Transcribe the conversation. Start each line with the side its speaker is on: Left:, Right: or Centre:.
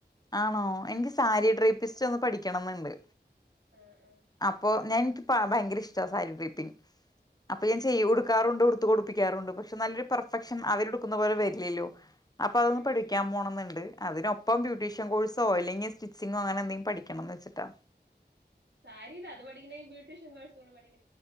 Left: ആണോ എനിക്ക് സാരി ഡ്രേപ്പിസ്റ്റ് ഒന്ന് പഠിക്കണംന്നുണ്ട്
Right: ഉഹ ഉഹ
Left: അപ്പൊ ഞാൻ എനിക്ക് ഭയങ്കര ഇഷ്ട സാരി ട്രീപ്പിങ് അപ്പൊ
Right: ഓഹ്
Left: ഞാൻ ചെയ്യ
Right: ഓഹ്
Left: ഉടുക്കാറുണ്ട് ഒത്ത ടുപ്പിക്കാറുണ്ട് പക്ഷെ നല്ലൊരു പെർഫെക്ഷൻ
Right: ഉം
Left: അവര്ടുപിക്കുന്ന പോലെ വരില്ലല്ലോ അപ്പൊ അതൊന്ന്
Right: ഉം
Left: പഠിക്കാൻ
Right: ഉം
Left: പോണംന്നുണ്ട് അതിനൊപ്പം ബ്യൂട്ടീഷ്യൻ
Right: ഉം
Left: കോഴ്സോ അല്ലെങ്കി ഇനി സ്റ്റിച്ചിങ്ങോ അങ്ങനെ എന്തെങ്കിലും പഠിക്കണംന്ന് വെച്ചിട്ടാ
Right: സാരിടാ അത് പഠിക്കണെ ബ്യുട്ടീഷ്യൻ കോഴ്സ് കൂടി പഠിക്ക